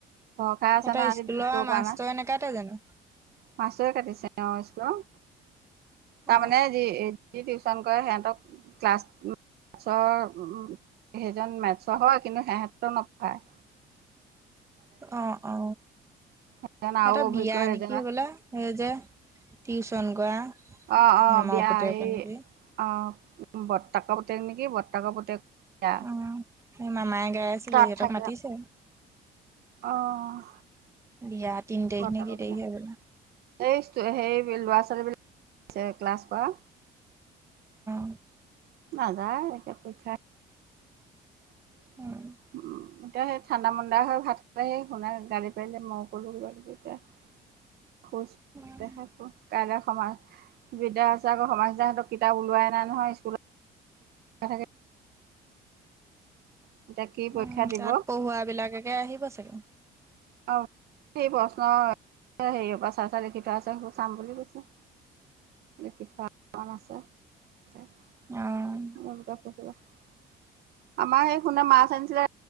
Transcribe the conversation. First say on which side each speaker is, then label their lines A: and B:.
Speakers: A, on the right; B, on the right.
A: ভয় খাই
B: সিহঁতৰ
A: আছে না আজি
B: স্কুলৰ
A: স্থুল
B: মাষ্টৰ
A: কৰা নাই।
B: নেকাতে জানো
A: মাষ্টৰে কাটিছে অ, স্কুলৰ। তাৰমানে
B: অ
A: যি- যি টিউশচন কৰে সিহঁতক ক্লাছ মেথছৰ সেইজন মেথছৰ হয়, কিন্তু সিহঁতক নপঢ়াই।
B: অ- অ
A: সেইজন আৰু
B: এটা
A: অভিজ্ঞ
B: বিয়া
A: সেইজনৰ
B: নেকি বোলো। সেই যে টিউচন কৰা।
A: অ- অ
B: হেমৰ
A: বিয়া
B: পুতেকৰ
A: এই
B: নেকি
A: অ, বৰ্তাকৰ পুতেক নেকি, বৰ্তাকৰ পুতেক। এয়া
B: অ সেই মামাই গাই আছিলে
A: তাত
B: সিহঁতক
A: থাকে।
B: মাতিছে
A: আহঁ।
B: বিয়া তিন তাৰিখ
A: বৰ্তাকৰ
B: নে কি তাৰিখে
A: পুতেক,
B: হবলা
A: সেই লৰা -ছোৱালী বিলাক ক্লাছ পোৱা।
B: <unintelligible>
A: নাযায়, এতিয়া পৰীক্ষা আহিলে।
B: উম।
A: উম এতিয়া সেই ঠাণ্ডা মন্দা হয় ভাত খালে সেই শুনা গালি পাৰিলে মই কলো এতিয়া খুচ
B: উম
A: দেখা ক তাৰা- সমাজ বিদ্যা আছে, আকৌ সমাজ দাহঁতৰ কিতাপ ওলোৱাই নাই নহয় স্কুলত থাকে। এতিয়া কি পৰীক্ষা
B: উম,
A: দিব
B: তাত পঢ়ুৱাবিলাকে আহিব চাগে।
A: অ, সেই প্ৰশ্ন হেৰিয়ৰ, পৰা চাই চাই লিখি থোৱা আছে। সেই চাম বুলি কৈছে।
B: <inaudible>
A: লিখি থোৱা কাৰ আছে, মোৰ
B: অ',
A: কিতপ পঢ়িব আছে। আমাৰ সেই শুনা মাছ আনিছিলে